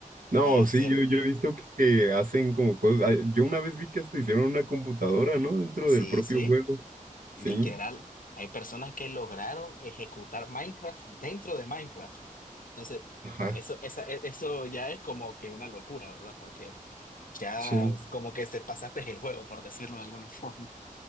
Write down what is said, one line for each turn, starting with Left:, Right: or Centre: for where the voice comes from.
Right: No,
Left: y hacer,
Right: sí, yo, yo he visto que hacen como cosas. ah, Yo una vez vi que hasta hicieron una computadora, ¿no? Dentro
Left: sí,
Right: del propio
Left: sí,
Right: juego.
Left: literal,
Right: Sí,
Left: hay personas que lograron ejecutar Minecraft dentro de Minecraft. Entonces,
Right: ajá,
Left: eso, esa, e- eso ya es como que una locura, ¿verdad? Porque ya
Right: sí.
Left: es como que te pasaste el juego, por decirlo de alguna <laughs> forma.